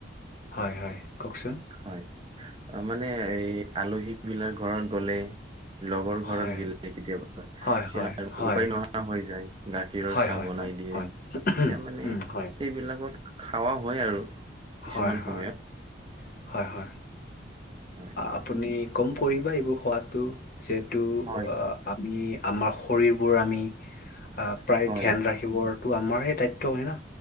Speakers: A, on the left; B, on the right.
A: হয়, হয়, কওঁকচোন।
B: হয়। অ', মানে হেৰি আলহীবিলাক ঘৰত গ'লে লগৰ ঘৰত
A: হয়
B: গিলে কেতিয়াবা। তেতিয়া
A: হয় হয়
B: আৰু
A: হয়
B: উপায় নোহোৱা হৈ যায়। গাখীৰৰ
A: হয়
B: চাহ
A: হয়
B: বনাই
A: হয়
B: দিয়ে।
A: হয়
B: তিয়া মানে,
A: উম হয়
B: সেইবিলাকত খাওৱা হয় আৰু কিছুমান
A: হয় হয়
B: সময়ত।
A: হয়, হয়
B: হয়
A: আপুনি কম কৰিবা এইবোৰ খোৱাটো। যিহেতু
B: হয়
A: আ--আমি, আমাৰ শৰীৰবোৰ আমি আঁ প্ৰায়
B: হয়
A: ধ্যানৰাখিবৰটো আমাৰহেই দায়িত্ব হয় না?